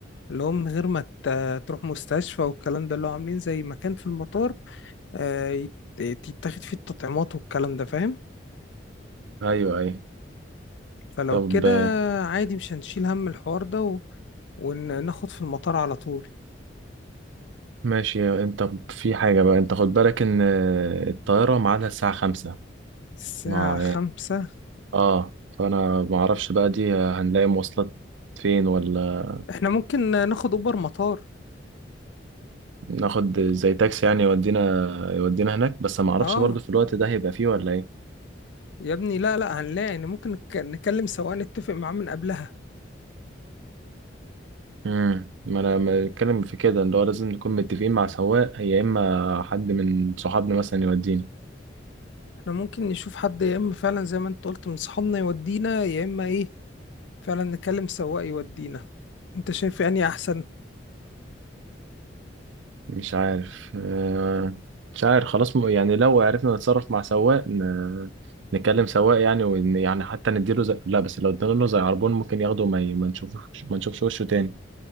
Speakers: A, on the left (about 70°); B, on the right (about 75°).
A: اللي هو من غير ما ت- تروح مستشفى والكلام ده اللي هو عاملين زي مكان في المطار آه، يت- يتاخد فيه التطعيمات والكلام ده فاهم
B: ايوه ايوه
A: فلو
B: طب
A: كده
B: آه،
A: عادي مش هنشيل هم الحوار ده و- وناخد في المطار على طول
B: ماشي انت في حاجة بقى انت خد بالك ان آه، الطيارة ميعادها الساعة خمسة
A: الساعة
B: مع
A: خمسة
B: اه فانا ما اعرفش بقى دي هنلاقي مواصلات فين ولا
A: احنا ممكن ناخد اوبر مطار
B: ناخد زي تاكسي يعني يودينا يودينا هناك بس ما اعرفش
A: اه
B: برضو في الوقت ده هيبقى فيه ولا ايه
A: يا ابني لا لا هنلاقي يعني ممكن نك- نكلم سواق نتفق معاه من قبلها
B: امم ما انا ما بتكلم في كده اللي هو لازم نكون متفقين مع سواق يا اما حد من صحابنا مثلا يوديني
A: احنا ممكن نشوف حد يا اما فعلا زي ما انت قلت من صحابنا يودينا يا اما ايه فعلا نكلم سواق يودينا انت شايف يعني احسن
B: مش عارف آه، مش عارف خلاص م- يعني لو عرفنا نتصرف مع سواق ن- نكلم سواق يعني ون يعني حتى نديله زي... لا بس لو ادينا له زي عربون ممكن ياخده وما ي- ما نشوفش ما نشوفش وشه تاني